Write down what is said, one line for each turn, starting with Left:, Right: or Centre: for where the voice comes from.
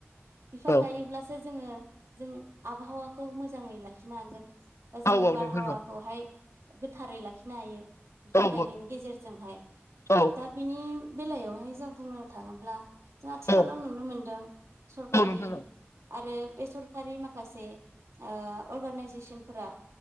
Right: बिफां
Left: औ
Right: गायोब्लासो जोङो जों आबहावाखौ मोजाङै लाखिनो हागोन बा जोंनि
Left: औ
Right: बारहावाखौहाय
Left: नोंथां औ
Right: गोथारै लाखिनो हायो बिफां
Left: औ
Right: गायनायनि गेजेरजोंहाय
Left: औ
Right: दा बिनि बेलायावहाय जों बुंनो थाङोब्ला जों आथिखालाव
Left: औ
Right: नुनो मोनदों सरखारि
Left: औ नोंथां औ
Right: आरो बे सरखारि माखासे ओ अर्गानइजेसनफोरा